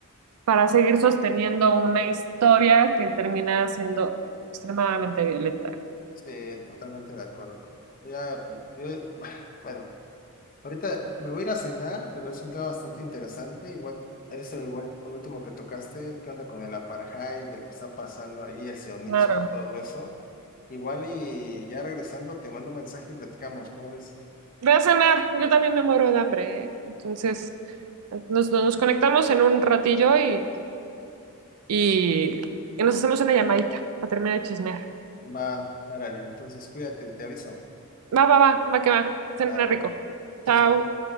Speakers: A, on the right; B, on the left.
A: para seguir sosteniendo una historia que termina siendo extremadamente violenta.
B: Sí, totalmente de acuerdo. Pablo. Ya, yo, <sighs> bueno, ahorita me voy a ir a cenar, pero es un tema bastante interesante. Igual, eso igual, lo último que tocaste, qué onda con el apartheid, de lo que está pasando ahí, el sionismo,
A: Claro.
B: todo eso. Igual y ya regresando, te mando un mensaje y platicamos, ¿cómo ves?
A: Ve a cenar, yo también me muero de hambre, ¿eh? Entonces, nos, nos conectamos en un ratillo y, y, y nos hacemos una llamadita para terminar de chismear.
B: Va, árale, entonces cuídate, te aviso.
A: Va, va, va, va que va. Cena
B: Va,
A: rico.
B: chao,
A: Chao.
B: chao.